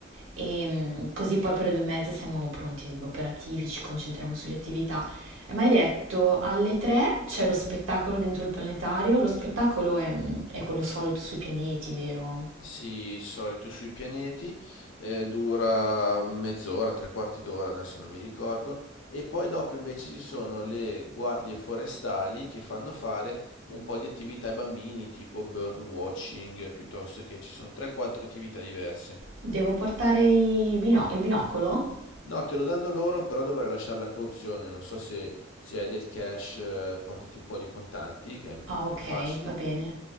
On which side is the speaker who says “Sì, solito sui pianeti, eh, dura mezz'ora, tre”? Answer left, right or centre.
Left